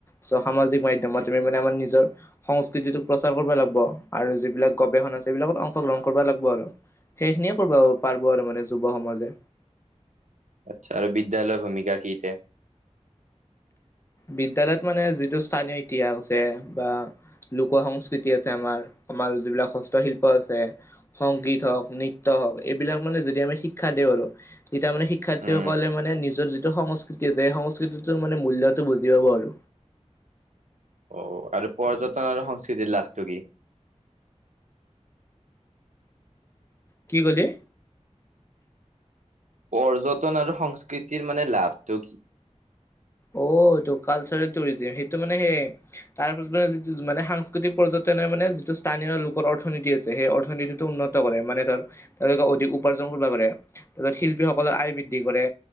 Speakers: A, on the left (about 20°); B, on the right (about 80°).
A: চ' সামাজিক মাধ্যমত তুমি মানে আমাৰ নিজৰ সংস্কৃতিটোক প্ৰচাৰ কৰিবই লাগিব আৰু যিবিলাক গৱেষণা আছে এইবিলাকত অংশ গ্ৰহণ কৰিব লাগিব আৰু, সেইখিনিয়ে কৰিব পাৰিব আৰু মানে যুৱ সমাজে
B: আচ্ছা আৰু বিদ্যালয়ৰ ভূমিকা কি এতিয়া?
A: বিদ্য়ালয়ত মানে যিটো স্থানীয় ইতিহাস আছে বা লোক সংস্কৃতি আছে আমাৰ, আমাৰ যিবিলাক হস্তশিল্প আছে সংগীত হওক নৃত্য হওক এইবিলাক মানে যদি আমি শিক্ষা দিওঁ আৰু তেতিয়া মানে শিক্ষাৰ্থীসকলে
B: উম,
A: মানে নিজৰ যিটো সংস্কৃতি আছে, সেই সংস্কৃতিটোৰ মানে মূল্যটো বুজি পাব আৰু
B: অ' আৰু পৰ্যটন আৰু সংস্কৃতিৰ লাভটো কি?
A: কি ক'লি?
B: পৰ্যটন আৰু সংস্কৃতিৰ মানে লাভটো কি?
A: অ' এইটো কালচাৰেল টুৰিজিম সেইটো মানে শেষ তাৰ পিছতে আজি মানে সাংস্কৃতিক পৰ্যটনে মানে যিটো স্থানীয় লোকৰ অৰ্থনীতি আছে, সেই অৰ্থনীতিটো উন্নত কৰে। মানে ধৰ তেওঁলোকে অধিক উপাৰ্জন কৰিব পাৰে, তাৰপিছত শিল্পীসকলৰ আয় বৃদ্ধি কৰে।